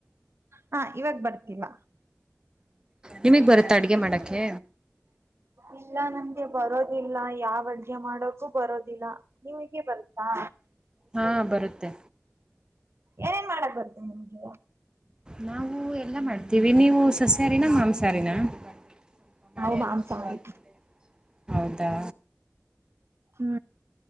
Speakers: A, on the right; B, on the right.
A: ಹಾ ಇವಾಗ ಬರ್ತಿಲ್ಲ
B: ನಿಮ್ಗೆ ಬರುತ್ತಾ ಅಡ್ಗೆ ಮಾಡಕೆ
A: ಇಲ್ಲ ನಂಗೆ ಬರೋದಿಲ್ಲ ಯಾವ ಅಡ್ಗೆ ಮಾಡೋಕು ಬರೋದಿಲ್ಲ ನಿಮ್ಗೆ ಬರುತ್ತಾ
B: ಹಾ ಬರುತ್ತೆ
A: ಏನೇನ್ ಮಾಡಕ್ ಬರುತ್ತ ನಿಮ್ಗೆ
B: ನಾವು ಎಲ್ಲ ಮಾಡ್ತೀವಿ ನೀವು ಸಸ್ಯಾರಿನ ಮಾಂಸಹಾರಿನ ಸ್ವಲ್ಪ ಮಳೆ
A: ನಾವು
B: ಎಲ್ಲ
A: ಮಾಂಸಾಹಾರಿ
B: ಶುರುವಾಗಿ ಆದ್ಮೇಲೆ ಹೌದಾ
A: ಹೂ